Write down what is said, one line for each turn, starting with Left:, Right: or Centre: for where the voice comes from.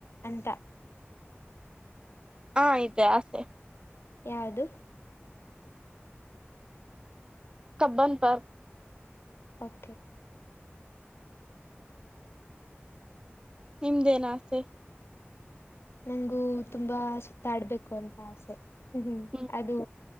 Left: ಅಂತ
Right: ಹಾ ಇದೆ ಆಸೆ
Left: ಯಾವದು
Right: ಕಬ್ಬನ್ ಪಾರ್ಕ್
Left: ಓಕೆ
Right: ನಿಮ್ದೇನ್ ಆಸೆ
Left: ನಂಗು ತುಂಬಾ ಸುತ್ತಾಡ್ಬೇಕು ಅಂತ ಆಸೆ ಹ್ಮ
Right: ಹ್ಮ್
Left: ಅದು